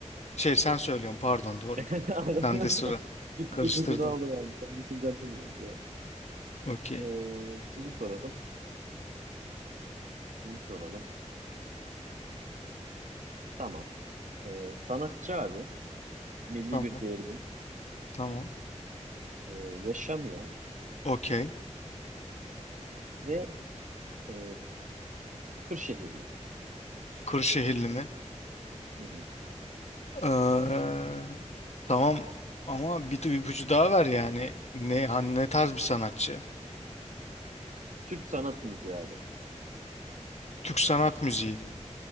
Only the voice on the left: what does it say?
Şey sen söylüyorsun pardon doğru.
Sen
de sıra.
Karıştırdım.
Okey.
Tamam.
Tamam.
Okey.
Kırşehirli mi?
Ee, tamam ama bir bir ipucu daha ver yani. Ne, hani ne tarz bir sanatçı?
Türk sanat müziği.